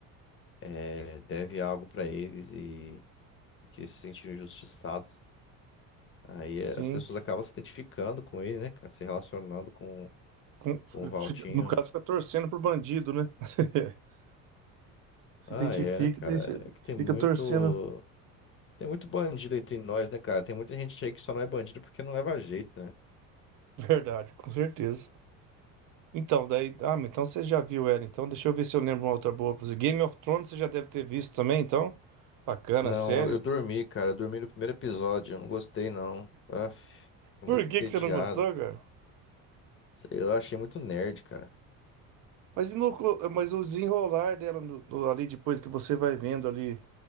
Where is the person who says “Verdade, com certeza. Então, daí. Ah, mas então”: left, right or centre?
Right